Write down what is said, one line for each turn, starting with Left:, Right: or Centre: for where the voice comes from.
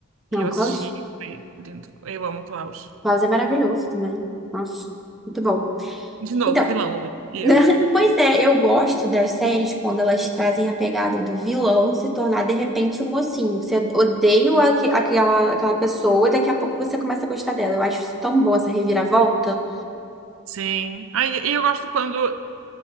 Right: E
Centre: não,
Right: eu assisti,
Centre: Klaus,
Right: foi lindo. Eu amo o Klaus.
Centre: Klaus é maravilhoso também. Nossa, muito bom.
Right: De novo,
Centre: Então,
Right: vilão, né? E
Centre: <laughs>
Right: eu.
Centre: pois é, eu gosto das séries quando elas trazem a pegada do vilão se tornar de repente o mocinho. Você odeia o aque- aquela, aquela pessoa, daqui a pouco você começa a gostar dela. Eu acho isso tão bom, essa reviravolta.
Right: Sim. Aí e eu gosto quando.